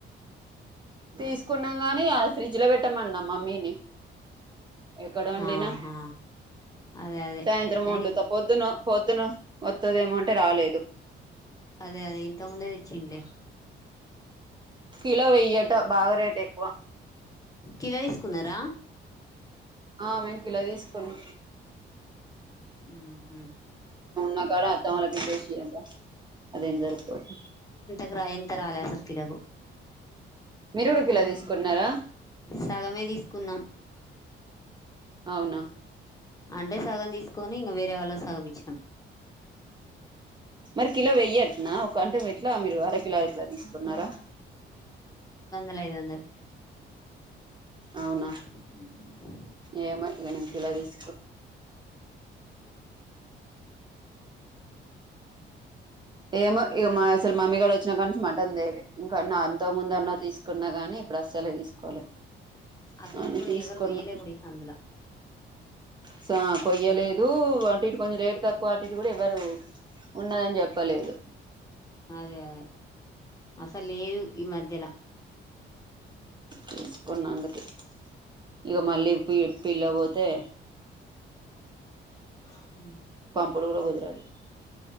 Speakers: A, on the right (about 25°); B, on the left (about 15°).
A: తీసుకున్నాం గాని అది ఫ్రిడ్జ్ లో పెట్టమన్న మమ్మీని ఎక్కడ వండినా
B: ఆహా అదే అదే
A: సాయంత్రం
B: అయిన
A: వన్డుత పొద్దున పొద్దున వత్తదేమొ మంటే రాలేదు
B: అదే అదే ఇంత ముందే తెచ్చింలే
A: కిలో వెయ్యటా బాగా రేట్ ఎక్కువ
B: కిలో తీసుకున్నారా
A: ఆ మేం కిలో తీసుకున్నాం
B: ఉమ్ హు
A: నా కాడ అత్త వాళ్ళకింతేసిగా అదేం జరిపోద్
B: గ రాయింత రాలే అసలు కిలోకు
A: మిరుడుకిలో తీసుకుంన్నారా
B: సగమే తీసుకున్నాం
A: అవునా
B: అంటే సగం తీసుకొని ఇంక వేరే వాళ్ళ కి సగం ఇచ్చినాం
A: మరి కిలో వెయ్యట్ నా ఒక అంటె ఎట్లా మీరు అరక్ కిలో అయితే తీసుకున్నారా
B: లో ఐదువందల్
A: అవునా
B: హ
A: ఏమో ఇగ నేన్ కిలో తీస్ ఏమో ఇక మా అసలు మమ్మీగాడోచ్చిన కానుంచి మటన్ దేలే కన్నా అంతకు ముందన్నా తీసుకున్నా గాని ఇప్పుడు అస్సలే తీసుకోలే
B: అసలు
A: అని
B: ఇప్పుడు
A: తీసుకున్నా
B: ఎవరు కొయ్యలే కుడ ఈ సందుల
A: స కొయ్యలేదు అంటె ఈడ కొంచెం రేటు తక్కువ అటు ఇటు కూడా ఎవ్వరు ఉన్నదని చెప్ ప్పలేదు
B: అదే అదే అసలు లేదు ఈ మధ్యల
A: తీసుకున్నాంగది ఇక మళ్ళీ పి పిల్ల పోతు తే
B: హ
A: ఇపుడుకూడా కుదరదు